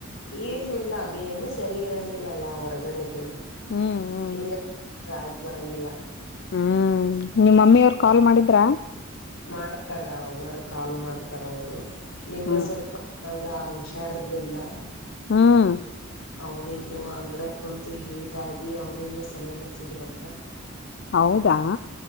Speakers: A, on the left; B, on the left.
A: ಎನಿಲ್ಲ ಅದು ಎಣ್ಣೆ ಸರಿ ಇರಂಗಿಲ್ಲ ಅಲ್ಲ ಹೊರಗಡೆದು.
B: ಹ್ಮ್ ಹ್ಮ್
A: ಹಿಂಗ ಆಗ್ ಬರಂಗಿಲ್ಲ.
B: ಹ್ಮ್ ನಿಮ್ಮ ಮಮ್ಮಿಯವ್ರು ಕಾಲ್ ಮಾಡಿದ್ರ.
A: ಮಾಡ್ತಾರ ಅವ್ವರ್ ಕಾಲ್ ಮಾಡ್ತಾರ ಅವರು ನಿನ್ನೆ
B: ಹ್ಮ್
A: ಸ್ವಲ್ಪ <unintelligible> ಗ ಹುಷಾರಿಲ್ಲ.
B: ಹ್ಮ್
A: ಅವ್ನಿಂಗ್ನು ಅಂಗಡ್ಯಗ್ ಕುಂತಿ ಹೀಟ್ ಆಗಿ ಅವ್ನಿಗ್ನು ಸಲೈನ್ ಹಚ್ಚಿದ್ರಂತ.
B: ಹೌದಾ